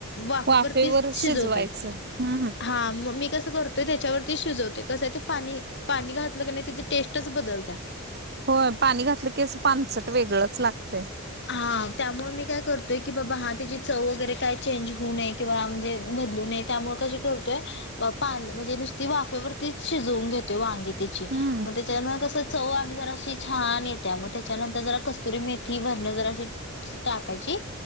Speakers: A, on the left; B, on the right.
A: वाफेवरतीच
B: वाफेवर
A: शिजवतोय
B: शिजवायचं हम्म
A: हा मग मी कस करतोय त्याच्यावरती शिजवतोय कसं हाय ते पाणी पाणी घातलं की नाही त्याची टेस्टच बदलतीया.
B: होय, पाणी घातलं की असं पाणचट वेगळंच लागतंय
A: हा त्यामुळे मी काय करतोय की बाबा हा त्याची चव वगैरे काय चेंज होऊ नये किंवा म्हणजे बदलू नयेत त्यामुळे कशी करतोय म्हणजे नुसती वाफेवरतीच शिजवून घेतोय वांगी तेची.
B: हम्म
A: मग त्याच्यानंतर कस चव आणि जर अशी छान येत्या मग त्याच्यानंतर जरा कस्तुरी मेथी भर मग जराशी टाकायची,,